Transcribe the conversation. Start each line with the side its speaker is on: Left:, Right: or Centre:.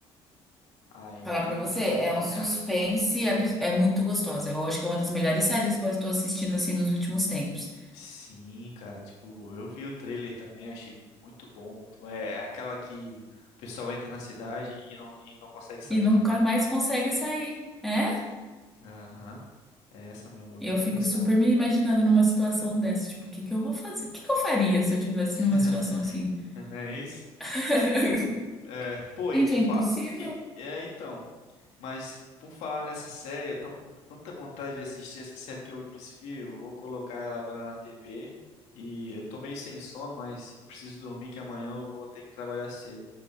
Left: Aí,
Centre: Falar pra você, é um suspense,
Left: é a-
Centre: abs- é muito gostosa. Eu acho que é uma das melhores séries que eu estou assistindo assim nos últimos tempos.
Left: sim, cara, tipo, eu vi o trailer também, achei muito bom, muito bom. É é aquela que o pessoal entra na cidade e não, e não consegue sair,
Centre: E nunca
Left: né?
Centre: mais consegue sair, é?
Left: Aham, é essa mesmo, eu
Centre: E
Left: vou
Centre: eu
Left: começar.
Centre: fico super me imaginando numa situação dessa, tipo, o que que eu vou fazer? O que que eu faria se eu tivesse
Left: <laughs>
Centre: numa situação assim?
Left: Não é isso?
Centre: <laughs>
Left: É, pô, e
Centre: Gente,
Left: por
Centre: é
Left: falar.
Centre: impossível.
Left: É, então. Mas por falar nessa série, eu tô com tanta vontade de assistir essa série que eu, inclusive, eu vou colocar ela agora na TV. E eu tô meio sem sono, mas eu preciso dormir que amanhã eu vou ter que trabalhar cedo.